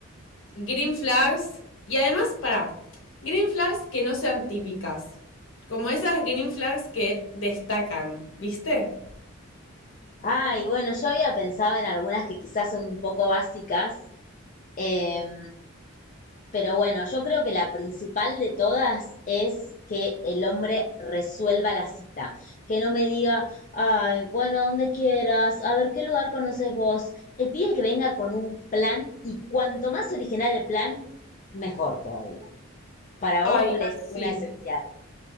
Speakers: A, on the left; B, on the left.
A: green flags. Y además, para, green flags que no sean típicas. Como esas green flags que destacan, ¿viste?
B: ay, bueno, yo había pensado en algunas que quizás son un poco básicas, Em, pero bueno, yo creo que la principal de todas es que el hombre resuelva la cita, que no me diga, ay, bueno, donde quieras, a ver qué lugar conoces vos. El pide que venga con un plan y cuanto más original el plan, mejor todavía. Para
A: Ay,
B: vos, ¿cuál
A: sí.
B: es una esencial?